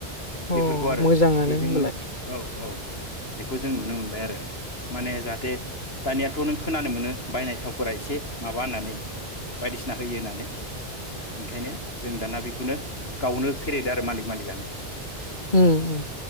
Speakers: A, on the left; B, on the left.
A: अ
B: बेफोरखौ आरो
A: मोजाङानो
B: बेजोंनो
A: होमबालाय
B: औ औ बेखौ जों नुनो मोनबाय आरो माने जाहाथे दानियाथ' नों खोनानो मोनो बायनाय थावफोरा एसे माबा होननानै बायदिसिना होयो होननानै ओंखायनो जों दाना बेखौनो गावनो फेरेदो आरो मालिक मालिकआनो
A: उम उम।